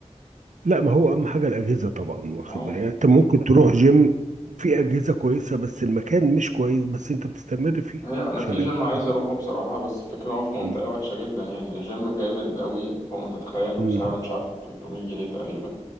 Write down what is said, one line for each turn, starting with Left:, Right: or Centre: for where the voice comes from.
Right: لا ما هو أهم حاجة الأجهزة طبعا واخد
Left: اه
Right: بالك يعني أنت ممكن تروح جيم في أجهزة كويسة بس المكان مش كويس بس أنت بتستمر فيه
Left: ايوه انا
Right: عشان
Left: في
Right: الأجهزة
Left: جيم عايز اروحه بصراحة بس الفكرة هو في منطقة
Right: مم.
Left: وحشة جدا يعني الجيم جامد قوي فوق ما تتخيل وسعره
Right: مم.
Left: مش عارف 300 جنيه تقريبا